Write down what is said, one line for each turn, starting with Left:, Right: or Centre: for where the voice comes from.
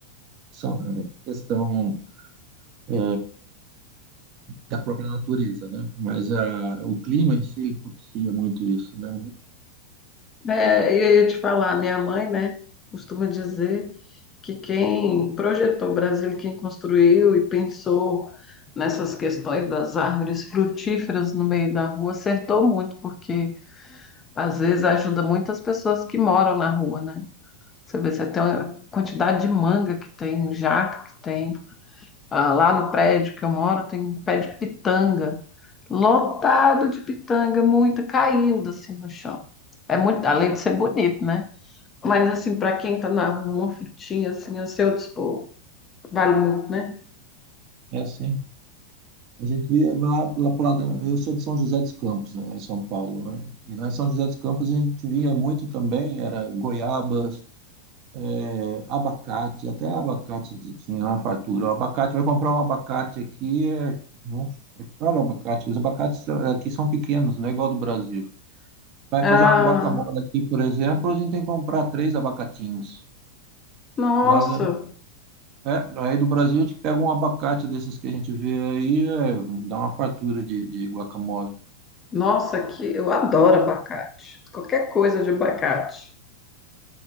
Right: Só, é questão é, da própria natureza, né? Mas a, o clima em si ele propicia muito isso, né?
Left: É, e aí eu te falar, minha mãe, né, costuma dizer que quem projetou o Brasil, quem construiu e pensou nessas questões das árvores frutíferas no meio da rua, acertou muito, porque Às vezes ajuda muito as pessoas que moram na rua, né? Você vê, você tem a quantidade de manga que tem, jaca que tem. Ah, lá no prédio que eu moro tem um pé de pitanga, lotado de pitanga, muita caindo assim no chão. É muito, além de ser bonito, né? Mas assim, para quem tá na rua, uma frutinha assim, a seu dispor, vale muito, né?
Right: É assim. A gente via lá, lá pro lado, eu sou de São José dos Campos, né, em São Paulo, né? E lá em São José dos Campos a gente via muito também, era goiabas, é, abacate, até abacate de, tinha uma fartura. O abacate, vai comprar um abacate aqui, é, nossa, é caro o abacate. Os abacates aqui são pequenos, não é igual ao do Brasil. Vai
Left: Ah,
Right: fazer uma guacamole aqui, por exemplo, a gente tem que comprar três abacatinhos.
Left: nossa,
Right: Lá, É, aí do Brasil a gente pega um abacate desses que a gente vê aí, é, dá uma fartura de, de guacamole.
Left: nossa, que eu adoro abacate. Qualquer coisa de abacate.